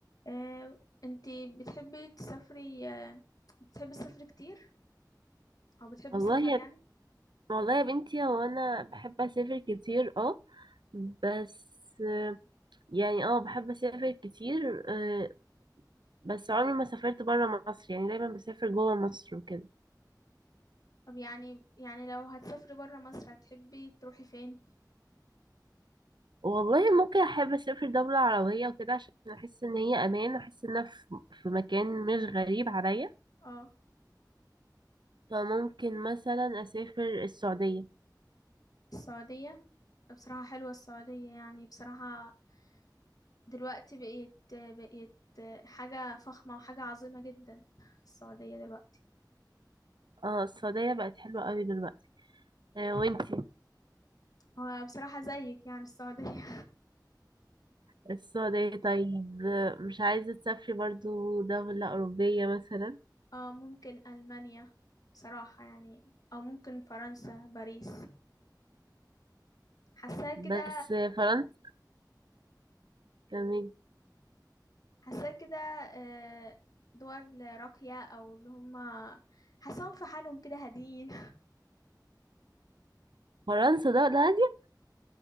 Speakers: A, on the left; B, on the right.
A: آه، انتي بتحبي تسافري آه، بتحبي السفر كتير او بتحبي
B: والله
A: السفر
B: يا
A: يعني
B: والله يا بنتي هو انا بحب اسافر كتير اه بس آه، يعني اه بحب اسافر كتير آه، بس عمري ما سافرت برا مصر يعني دايما بسافر جوا مصر وكده
A: طب يعني يعني لو هتسافري برا مصر هتحبي تروحي فين
B: والله ممكن احب اسافر دولة عربية وكده عشان احس ان هي امان واحس ان انا في في مكان مش غريب عليا
A: اه
B: فممكن مثلا اسافر السعودية
A: السعودية بصراحة حلوة السعودية يعني بصراحة دلوقتي بقيت بقيت حاجة فخمة وحاجة عظيمة جدا السعودية دلوقتي
B: اه السعودية بقت حلوة قوي دلوقتي آه، وانتي
A: هو بصراحة زيك يعني السعودية
B: السعودية طيب مش عايزة تسافري برضو دولة أوروبية مثلا
A: <laughs> اه ممكن ألمانيا بصراحة يعني أو ممكن فرنسا باريس حاساها كده
B: بس فرنسا كمان
A: حاساها كده آه، دول راقية أو اللي هما حاساهم في حالهم كده هاديين
B: فرنسا دولة هادية